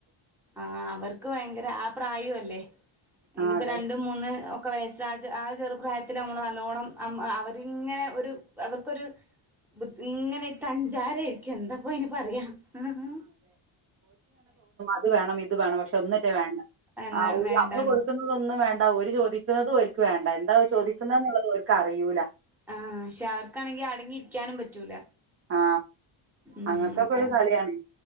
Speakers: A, in the centre; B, on the right.
A: ആഹ അവർക്ക് ഭയങ്കര ആ പ്രായ അല്ലേ ഇനിപ്പോ
B: ആ അതെ
A: രണ്ടും മൂന്ന് ഒക്കെ വയസ്സാ ആ ചെറുപ്രായത്തി നമ്മള് നല്ലോണം അവരിങ്ങനെ ഒരു അവർക്കൊരു ഇങ്ങനെ തഞ്ചാര എന്താപ്പ അയ്ന് പറയാല്ലേ
B: ഇത് വേണം ഇത് വേണം പക്ഷെ ഒന്നിട്ട വേണ്ട
A: എന്നാ വേണ്ടാണു
B: നമ്മൾ കൊടുക്കുന്നത ഒന്നും വേണ്ട ഒരു ചോദിക്കുന്നതും ഒർക്ക് വേണ്ട എന്താ ചോദിക്കുന്നള്ള കറിയൂല
A: ആഹ പക്ഷെ അവർക്കാണെങ്കി അടങ്ങിയിരിക്കാനും പറ്റൂല
B: ആ
A: മ്
B: അങ്ങനത്തൊക്കെ
A: മക്കളെ
B: ഒരു കളിയാണ്